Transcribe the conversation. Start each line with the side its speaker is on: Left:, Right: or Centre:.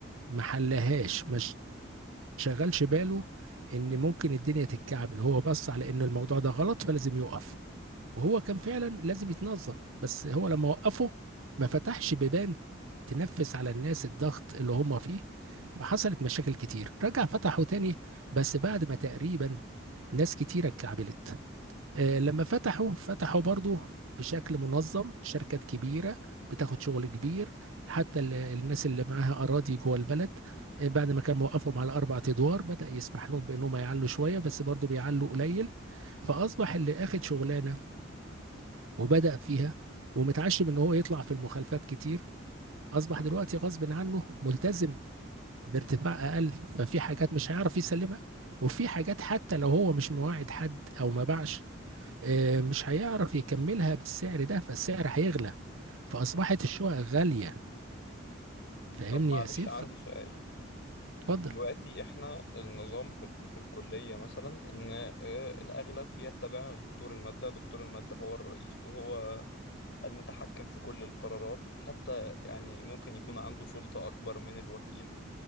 Right: ما حلهاش ما ش- شغلش باله ان ممكن الدنيا تتكعبل هو بص على ان الموضوع ده غلط فلازم يوقف وهو كان فعلا لازم يتنظم بس هو لما وقفه ما فتحش بيبان تنفس على الناس الضغط اللي هم فيه فحصلت مشاكل كتير رجع فتحه تاني بس بعد ما تقريبا ناس كتيرة اتكعبلت آه لما فتحوا فتحوا برضو بشكل منظم شركات كبيرة بتاخد شغل كبير حتى ال- الناس اللي معاها أراضي جوه البلد آه بعد ما كان موقفهم على أربع أدوار بدأ يسمح لهم بأنهم يعلوا شوية بس برضو بيعلوا قليل فأصبح اللي أخد شغلانة وبدأ فيها ومتعشم ان هو يطلع في المخالفات كتير اصبح دلوقتي غصب عنه ملتزم بارتفاع اقل ففي حاجات مش هيعرف يسلمها وفي حاجات حتى لو هو مش مواعد حد او ما باعش آه، مش هيعرف يكملها بالسعر ده فالسعر هيغلى فاصبحت الشقق غالية فاهمني
Left: طب معلش
Right: يا سيف
Left: عندي سؤال
Right: اتفضل
Left: دلوقتي احنا النظام في ال- في الكلية مثلا ان آه، الاغلب يتبع دكتور المادة دكتور المادة هو الرئيس وهو المتحكم في كل القرارات حتى يعني ممكن يكون عنده سلطة اكبر من الوكيل